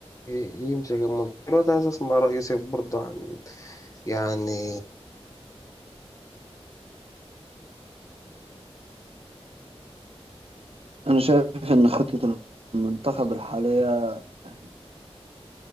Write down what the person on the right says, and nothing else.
أنا شايف إن خطة المنتخب الحالية يعني